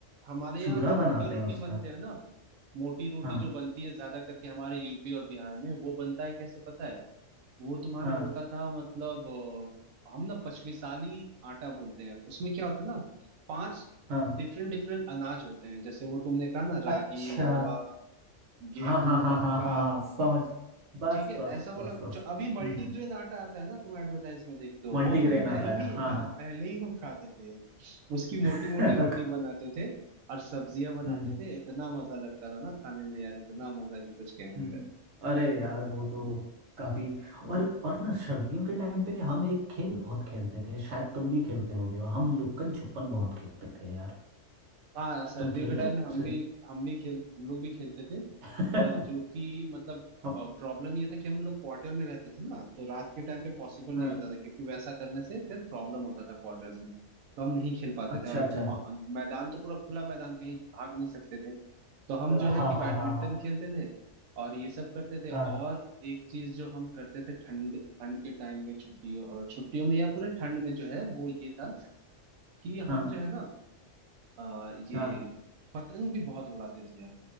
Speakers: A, on the right (about 85°); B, on the right (about 60°).
A: हमारे
B: चूरा
A: यहाँ जो
B: बनाते
A: मोटी रोटी
B: हैं उसका
A: बनते हैं ना मोटी रोटी
B: हाँ
A: जो बनती है ज्यादा करके हमारे यूपी और बिहार में वो बनता है कैसे पता है वो तुम्हारा
B: हाँ
A: होता था मतलब अ, हम ना पचमिसाली आटा बोलते हैं उसमें क्या होता है ना पांच
B: हाँ
A: डिफरेंट डिफरेंट अनाज होते हैं जैसे वो तुमने कहा ना रागी
B: अच्छा
A: मड़वा गेहूं
B: हाँ हाँ हाँ
A: मक्का
B: हाँ हाँ हाँ, समझ बस
A: ठीक है
B: बस
A: ऐसा वाला
B: बस बस
A: जो अभी मल्टीग्रेन
B: हम्म हम्म।
A: आटा आता है ना तुम एडवर्टाइज में देखते हो
B: मल्टीग्रेन
A: वो हम
B: आता
A: पहले
B: है
A: ही
B: हाँ
A: हाँ
B: हाँ
A: पहले ही हम खाते थे यार उसकी
B: <laughs>
A: मोटी मोटी रोटी बनाते थे और सब्जियां बनाते
B: हम्म
A: थे इतना मजा लगता था ना खाने में यार इतना मजा कि कुछ कहने
B: हम्म
A: का
B: अरे यार वो तो काफी और और ना सर्दियों के टाइम पे हम एक खेल बहुत खेलते थे शायद तुम भी खेलते होगे हम लुक्कन छुपन बहुत खेलते थे यार
A: हाँ सर्दियों
B: तुम खेलते
A: के टाइम
B: थे
A: पे हम
B: उसे
A: भी हम भी खेल हम लोग भी खेलते थे
B: <laughs>
A: पर जो कि मतलब
B: हम-
A: प्रॉब्लम ये था कि हम लोग क्वार्टर में रहते थे ना तो रात के टाइम पे पॉसिबल नहीं
B: हाँ,
A: होता था क्योंकि वैसा करने से फिर प्रॉब्लम होता था क्वार्टर्स में तो हम नहीं खेल पाते
B: अच्छा
A: थे और
B: अच्छा
A: म- मैदान तो पूरा खुला मैदान कहीं भाग नहीं सकते थे तो हम जो
B: हाँ
A: है कि
B: हाँ हाँ
A: बैडमिंटन
B: हाँ
A: खेलते थे और ये सब करते थे
B: हाँ
A: और एक चीज जो हम करते थे ठंड ठंड के टाइम में छुट्टियों छुट्टियों में या पूरे ठंड में जो है वो ये था कि हम
B: हाँ
A: जो है ना आ, ये
B: हाँ
A: पतंग भी बहुत उड़ाते थे यार